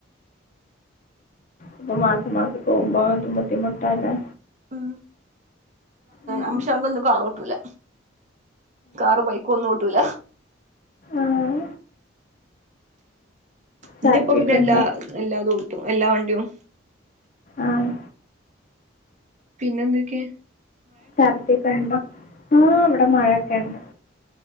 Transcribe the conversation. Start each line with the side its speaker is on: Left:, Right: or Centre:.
Left: ഇപ്പൊ മാസം മാസം പോവുമ്പോ അത് ബുദ്ധിമുട്ടാല്ലേ
Right: ഉ
Left: ഉം.
Right: അംഷ അങ്ക ഒന്നും ആളോട്ടൂല്ല കാറ ബൈക്കും ഒന്നും ഓട്ടൂല
Left: ആഹ
Right: ഇന്റെ
Left: ഛർദിയൊക്കെ
Right: ഇപ്പ പിന്നെ എല്ലാ
Left: ഉണ്ടോ
Right: എല്ലാ <unintelligible> എല്ലാ വണ്ടിയും
Left: ആഹ്
Right: പിന്നെന്തൊക്കെ
Left: ഛർദിക്കെ ഉണ്ടോ ആഹ് ഇവിടെ മഴൊക്കെ ഉണ്ട്